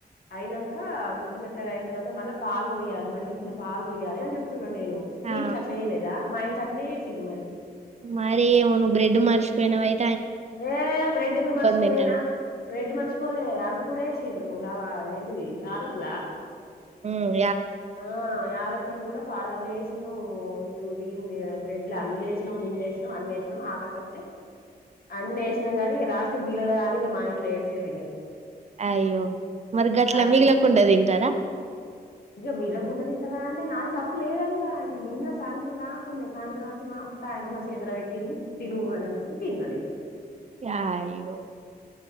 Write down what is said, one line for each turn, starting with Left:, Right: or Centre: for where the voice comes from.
Left: అయినంక మెత్త మెత్తగా అయి. తర్వాత మళ్ళ పాలు పోయాలి మరిగిచ్చిన పాలు పోయాలి అని చెప్తున్న నేను మీ
Right: ఆ!
Left: ఇంట్లో అట్ల చేయలేదా మా ఇంట్లా అట్ల. నెషిండ్రు మరి.
Right: మరెమొ నువ్వు బ్రెడ్ మర్షిపోయినవు అయి.
Left: ఏ బ్రెడ్ ఎందుకు మరచిపోయినా
Right: తింటవేమో.
Left: బ్రెడ్ మరిచిపోలే అవి కూడా ఎసి. రోలా ఆహ్ అదెంటిది యాలకులా.
Right: ఉమ్.
Left: ఆహ్ యాలక్. యలకులు కూడా పాలాల్లేసినం ఇటు దీన్ని బ్రెడ్లు అన్ని వేసినం విందేసినం అన్నేసినం ఆక్. ఐతే అన్ని వేసినాం గానీ ఇగ లాస్టు కు మిగల లేదు అని ఇగ మా ఇంట్లో ఏడిసిర్రు ఇగ.
Right: అయ్యో మరి గట్లా
Left: లాస్ట్
Right: మిగలకుండదింటరా.
Left: ఇగ మిగలకుండదింటారా అంటే నాది తప్పు లేదంలా అది నిన్న సాయంత్రం దాకుండే సాయంత్రం వచ్చి మా అత్త. అయితే నా చేతుల్లా పెట్టింది తిను అని అన్నది తిన్న నేను.
Right: అయ్యో.